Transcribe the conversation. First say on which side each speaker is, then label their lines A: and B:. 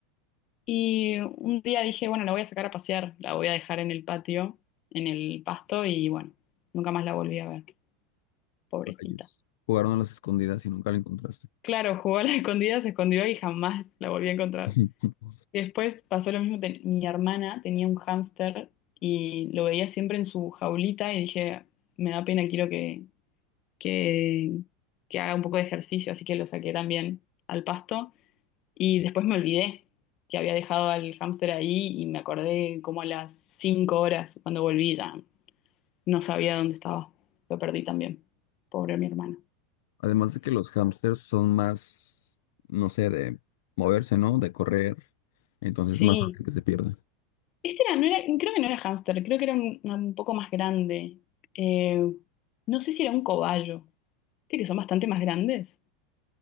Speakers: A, on the left; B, on the left.
A: Y un día dije, bueno, la voy a sacar a pasear, la voy a dejar en el patio, en el pasto, y bueno, nunca más la volví a ver. Pobrecita.
B: Rayos. Jugaron a las escondidas y nunca la encontraste.
A: Claro, jugó a la <laughs> escondida, se escondió y jamás la volví a encontrar.
B: <laughs>
A: Después pasó lo mismo, ten- mi hermana tenía un hámster y lo veía siempre en su jaulita y dije, me da pena, quiero que que, que haga un poco de ejercicio, así que lo saqué también al pasto. Y después me olvidé que había dejado al hámster ahí y me acordé como a las cinco horas cuando volví ya no sabía dónde estaba. Lo perdí también. Pobre mi hermano.
B: Además de que los hámsters son más, no sé, de moverse, ¿no? De correr. Entonces
A: Sí,
B: es más fácil que se pierda.
A: este era, no era, creo que no era hámster, creo que era un, un poco más grande. Eh, no sé si era un cobayo, viste que son bastante más grandes,